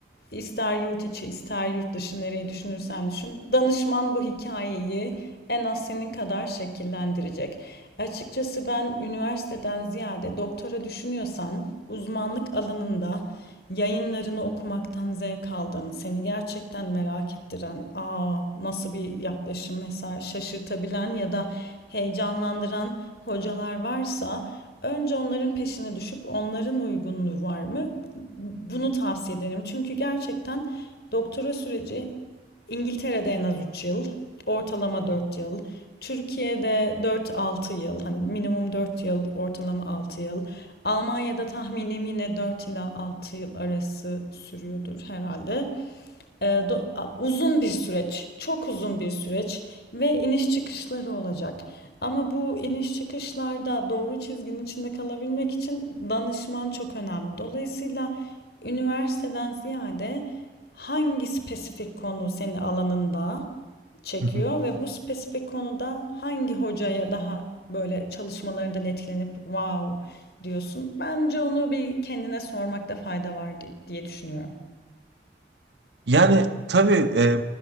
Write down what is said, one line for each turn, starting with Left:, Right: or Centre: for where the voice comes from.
Left: ister yurt içi ister yurt dışı nereye düşünürsen düşün danışman bu hikayeyi en az senin kadar şekillendirecek. Açıkçası ben üniversiteden ziyade doktora düşünüyorsan uzmanlık alanında yayınlarını okumaktan zevk aldım. Seni gerçekten merak ettiren, aa nasıl bir yaklaşım mesela şaşırtabilen ya da heyecanlandıran hocalar varsa önce onların peşine düşüp onların uygunluğu var mı? Bunu tavsiye ederim. Çünkü gerçekten doktora süreci İngiltere'de en az 3 yıl, ortalama 4 yıl. Türkiye'de dört-altı yıl. Hani minimum 4 yıl, ortalama 6 yıl. Almanya'da tahminim yine 4 ila 6 yıl arası sürüyordur herhalde. E, do- a- uzun bir süreç, çok uzun bir süreç ve iniş çıkışları olacak. Ama bu iniş çıkışlarda doğru çizginin içinde kalabilmek için danışman çok önemli. Dolayısıyla üniversiteden ziyade hangi spesifik konu seni alanında çekiyor
Right: <laughs>
Left: ve bu spesifik konuda hangi hocaya daha böyle çalışmalarından etkilenip wow diyorsun. Bence onu bir kendine sormakta fayda var di- diye düşünüyorum.
Right: Yani tabii e,